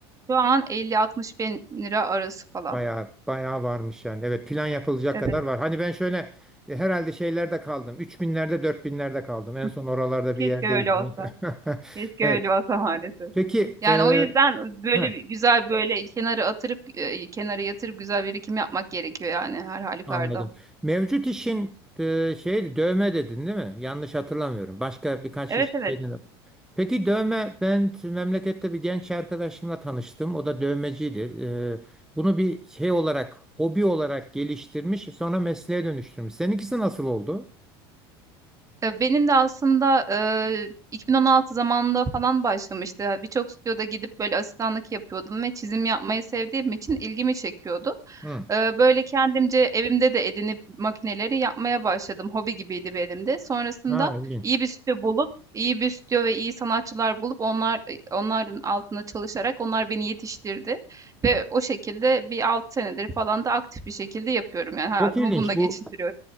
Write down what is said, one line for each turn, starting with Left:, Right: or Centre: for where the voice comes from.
Right: şu an elli altmış bin lira arası falan.
Centre: Bayağı bayağı varmış yani. Evet plan yapılacak
Right: Evet.
Centre: kadar var. Hani ben şöyle e, herhalde şeylerde kaldım. Üç binlerde dört binlerde kaldım. En
Right: Hıh.
Centre: son oralarda
Right: Keşke
Centre: bir yerdeydim.
Right: öyle olsa.
Centre: <laughs>
Right: Keşke
Centre: Evet.
Right: öyle olsa maalesef.
Centre: Peki
Right: Yani
Centre: e,
Right: o yüzden böyle
Centre: heh,
Right: bir- güzel böyle kenara atırıp e, kenara yatırıp güzel birikim yapmak gerekiyor yani her halükarda.
Centre: Anladım. Mevcut işin e, şey dövme dedin değil mi? Yanlış hatırlamıyorum. Başka birkaç
Right: Evet
Centre: iş
Right: evet.
Centre: yeni. Peki dövme ben t- memlekette bir genç arkadaşımla tanıştım. O da dövmeciydi. E, bunu bir şey olarak hobi olarak geliştirmiş sonra mesleğe dönüştürmüş. Seninkisi nasıl oldu?
Right: Eee, benim de aslında, eee, 2016 zamanında falan başlamıştı. Ya, birçok stüdyoda gidip böyle asistanlık yapıyordum ve çizim yapmayı sevdiğim için ilgimi çekiyordu.
Centre: Hı.
Right: Eee, böyle kendimce evimde de edinip makineleri yapmaya başladım. Hobi gibiydi benim de. Sonrasında
Centre: Ha ilginç.
Right: iyi bir stüdyo bulup, iyi bir stüdyo ve iyi sanatçılar bulup onlar onların altında çalışarak onlar beni yetiştirdi ve o şekilde bir 6 senedir falan da aktif bir şekilde yapıyorum. Yani hayatımı
Centre: Çok ilginç
Right: bununla geçindiriyorum.
Centre: bu.